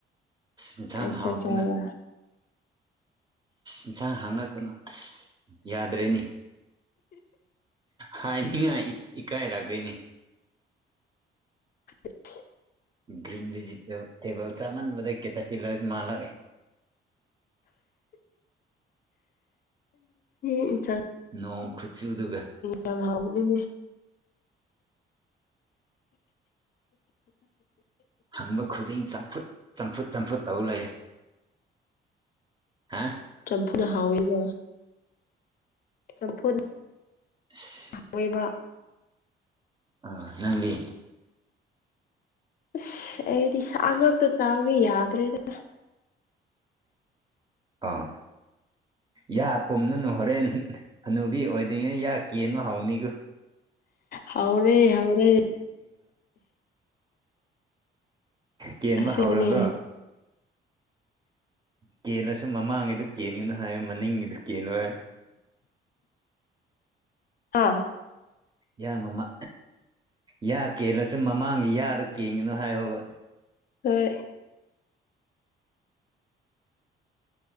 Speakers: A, on the right; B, on the left.
A: ꯏꯟꯁꯥꯡ
B: ꯀꯩ
A: ꯍꯥꯎꯗꯨꯅ
B: ꯆꯥꯕ꯭ꯔꯥ
A: ꯏꯟꯁꯥꯡ ꯍꯥꯡꯉꯛꯀꯅꯣ ꯑꯁ ꯌꯥꯗ꯭ꯔꯦꯅꯤ ꯍꯥꯏꯅꯤꯡꯉꯥꯏ ꯏꯀꯥꯏ ꯂꯥꯛꯗꯣꯏꯅꯦ
B: <unintelligible>
A: ꯭ꯔꯤꯟꯚꯦꯖꯤꯇꯦꯕ ꯇꯦꯕꯜ ꯁꯥꯃꯅ ꯃ ꯀꯦꯇ ꯄꯤꯂꯔ ꯃꯥꯂꯒ
B: ꯏ ꯆ
A: ꯅꯣꯡ ꯈꯨꯠꯆꯨꯗꯨꯒ
B: ꯀ ꯎꯅꯦꯅꯦ
A: ꯍꯪꯕ ꯈꯨꯗꯤꯡ ꯆꯝꯐꯨꯠ ꯆꯝꯐꯨꯠ ꯆꯝꯐꯨ ꯇꯧ ꯂꯩꯔꯦ ꯍꯥ
B: ꯆ꯭ꯔꯝꯐꯨꯅ ꯍꯥꯎꯋꯤꯕ ꯆꯝꯐꯨꯠ
A: ꯑꯁ꯫
B: ꯑꯣꯏꯕ
A: ꯑꯥ ꯅꯪꯗꯤ
B: ꯑꯁ ꯑꯩꯗꯤ ꯏꯁꯥ ꯉꯥꯛꯇ ꯆꯥꯎꯒꯦ ꯌꯥꯗ꯭ꯔꯦꯗꯅ
A: ꯑꯥ ꯌꯥ ꯄꯨꯝꯅꯅꯨ ꯍꯣꯔꯦꯟ ꯍꯅꯨꯕꯤ ꯑꯣꯏꯗꯣꯏꯔꯤꯉꯩ ꯌꯥ ꯀꯦꯟꯕ ꯍꯧꯥꯎꯅꯤꯒꯨ
B: ꯍꯥꯎꯅꯦꯦ ꯍꯧꯥꯎꯔꯦ
A: ꯀꯦꯟꯕ
B: ꯑꯁꯦ
A: ꯍꯧꯔꯕ꯭ꯔꯣ
B: ꯃꯅꯦ
A: ꯀꯦꯜꯂꯁꯨ ꯃꯃꯥꯡꯉꯩꯗꯨ ꯀꯦꯟꯉꯨꯅꯨ ꯍꯥꯏꯌꯨ ꯃꯅꯤꯡꯉꯤꯗꯨ ꯀꯦꯜꯂꯣ ꯍꯥꯏ
B: ꯍꯥꯥ
A: ꯏ ꯃꯃꯥ ꯌꯥ ꯀꯦꯜꯂꯁꯦ ꯃꯃꯥꯡꯒꯤ ꯌꯥꯗꯣ ꯀꯦꯡꯉꯤꯅꯨ ꯍꯥꯏꯌꯣꯕ
B: ꯍꯣꯏ